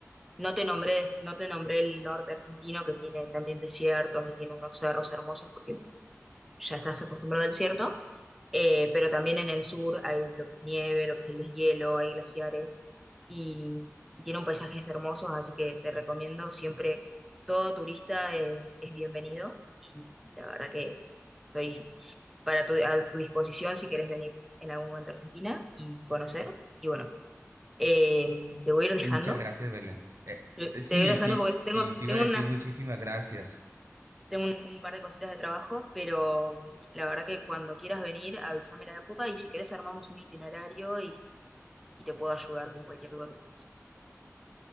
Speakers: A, in the centre; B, on the right.
A: no te nombré, no te nombré el norte argentino, que tiene también desiertos y tiene unos cerros hermosos, porque ya estás acostumbrado al desierto, eh, pero también en el sur hay lo que es nieve, lo que es el deshielo, hay glaciares y, y tiene un paisajes hermosos, así que te recomiendo siempre, todo turista eh, es bienvenido y la verdad que estoy para tu, a tu disposición si quieres venir en algún momento a Argentina y conocer. Y bueno, eh, te voy a ir dejando.
B: Muchas gracias, Belén. Eh,
A: Te voy
B: sí,
A: a ir dejando
B: sí,
A: porque tengo,
B: y te
A: tengo
B: iba a decir
A: unas
B: muchísimas gracias.
A: Tengo un, un par de cositas de trabajo, pero mm, la verdad que cuando quieras venir, avísame la época y si querés armamos un itinerario y, y te puedo ayudar con cualquier duda que tengas.